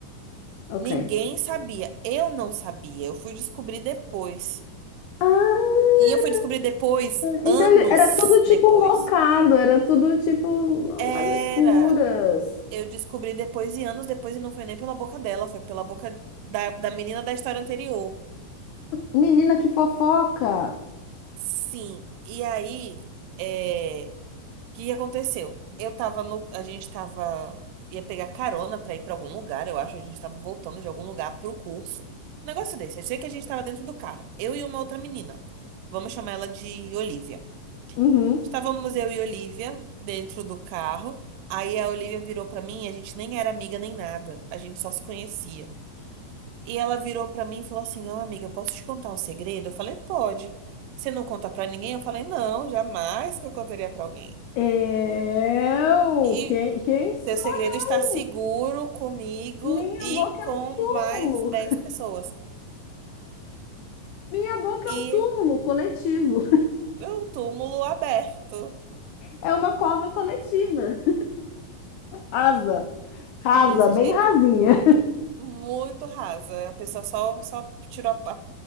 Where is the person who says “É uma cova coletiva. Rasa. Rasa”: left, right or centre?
Left